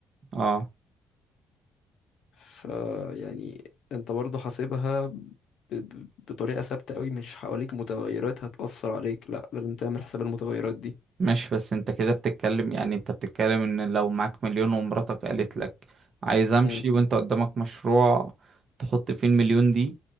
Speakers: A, on the right; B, on the left.
A: اه
B: فيعني انت برضو حاسبها ب- ب- بطريقة ثابتة قوي مش حواليك متغيرات هتأثر عليك لا لازم تعمل حساب المتغيرات دي
A: ماشي بس انت كده بتتكلم يعني انت بتتكلم ان لو معاك مليون ومراتك قالت لك عايز امشي
B: امم
A: وانت قدامك مشروع تحط فيه المليون دي